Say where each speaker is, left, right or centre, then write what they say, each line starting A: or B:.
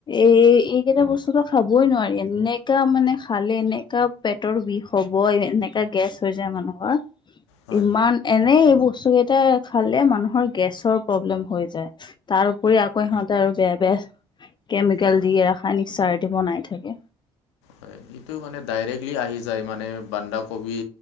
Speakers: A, on the left; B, on the left.
A: এ এইকেইটা বস্তুটো খাবই নোৱাৰি। এনেকা মানে খালে এনেকা পেটৰ বিষ হ'বই এনেকা গেছ হৈছে মানুহৰ।
B: হয়
A: ইমান এনেই বস্তুকেইটা খালে মানুহৰ গেছৰ প্ৰব্লেম হৈ যায়। তাৰ উপৰি আকৌ সিহঁতে আৰু বেয়া বে কেমিকেল
B: হয়।
A: দিয়া <unintelligible> দি বনাই থাকে।
B: হয় সেইটো মানে ডাইৰেক্টলি আহি যায়। মানে বান্ধাকবি,